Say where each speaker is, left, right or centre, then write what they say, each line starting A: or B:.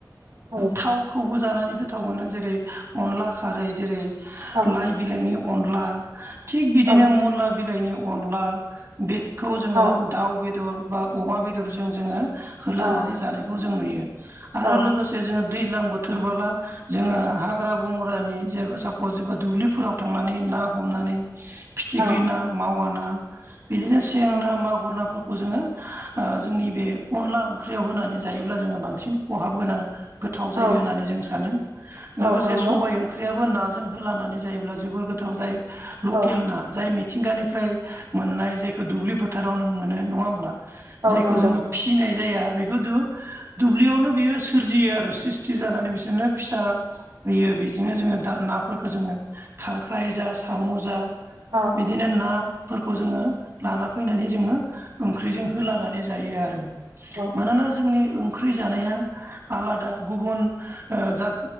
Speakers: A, on the right (about 70°); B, on the right (about 40°).
A: औ
B: थावखौबो जानानै गोथाव मोनो जेरै अनला खारै जेरै
A: औ
B: लाइ बिलाइनि अनला थिक बिदिनो
A: औ
B: मुला बिलाइनि। अनला बेखौ जोङो
A: औ
B: दाउ बेदर बा अमा बेदरजों जोङो होलानानै
A: औ
B: जानायखौ जों नुयो आरो
A: औ
B: लोगोसे जोङो दैज्लां बोथोरबोला जोङो हाग्रा बंग्रानि जे साब अजेबा दुब्लिफोराव थांनानै ना हमनानै फिथिख्रि
A: औ
B: ना मावा ना बिदिनो सें ना मागुर नाफोरखौ जोङो ओ जोंनि बे अनला ओंख्रियाव होनानै जायोब्ला जोङो बांसिन खहाब गोनां गोथाव
A: औ
B: जायो होननानै जों सानो
A: औ
B: लोगोसे
A: नंगौ
B: सबाइ ओंख्रियाबो ना जों होलखनानै जायोब्ला जोबोद गोथाव जायो लकेल
A: औ
B: ना जाय मि मिथिंगानिफ्राय मोननाय जायखौ दुब्लि फोथाराव नों मोनो नङा होमब्ला
A: औ
B: जायखौ
A: नंगौ
B: जोङो फिसिनाय जाया बेखौ दुब्लियावनो बियो सोरजियो आरो स्रिस्टि जानानै बिसोरनो फिसा होयो बेजोंनो जोङो दा नाफोरखौ जोङो खांख्राइ जा साम' जा
A: औ
B: बिदिनो नाफोरखौ जोङो लाना फैनानै जोङो ओंख्रिजों होलानो नानै जायो आरो
A: औ
B: मानोना जोंनि ओंख्रि जानाया आलादा गुबुन ओ जा